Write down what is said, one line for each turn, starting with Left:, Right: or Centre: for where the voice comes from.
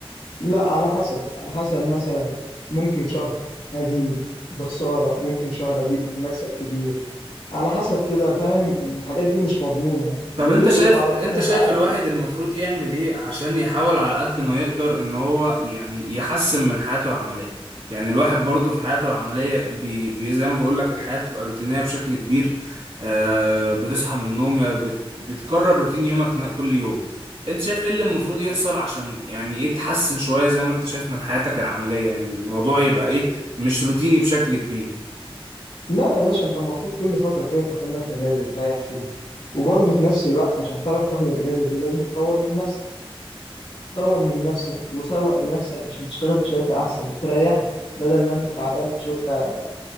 Left: لا على حسب على حسب مثلا ممكن شهر اجيب بخسارة ممكن شهر اجيب بمكسب كبير على حسب كده فاهم الحاجات دي مش مضمونة يعني
Right: طب
Left: والرزق
Right: انت شايف
Left: بتاع ربنا
Right: انت
Left: انت
Right: شايف
Left: عارف
Right: الواحد المفروض يعمل ايه عشان يحاول على قد ما يقدر ان هو يعني يحسن من حياته العملية يعني الواحد برضه في حياته العملية بي بي زي ما بقول لك الحياة بتبقى روتينية بشكل كبير آه بتصحى من النوم يا بت بتكرر روتين يومك ن- كل يوم انت شايف ايه اللي المفروض يحصل عشان يعني ايه تحسن شوية زي ما انت شايف من حياتك العملية يعني الموضوع يبقى ايه مش روتيني بشكل كبير
Left: لا يا باشا انت المفروض كل فترة كده تاخد لك اجازة تريح فيها وبرضه في نفس الوقت عشان تعرف تاخد الاجازة دي لازم تطور من نفسك تطور من نفسك وسوق لنفسك عشان تشتغل في شركة احسن تريحك بدل ما انت تعبان في شركة